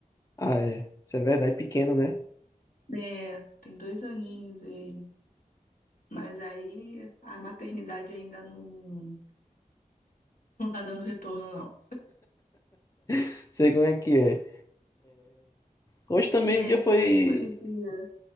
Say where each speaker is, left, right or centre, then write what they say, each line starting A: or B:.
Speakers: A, on the left; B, on the left.
A: Ah, é. Isso é verdade, pequeno, né?
B: É, tem dois aninhos ele. Mas aí a maternidade ainda não, não tá dando retorno, não.
A: <laughs> Sei como é que é. Hoje também
B: E
A: o
B: aí,
A: dia foi,
B: como é que foi o dia?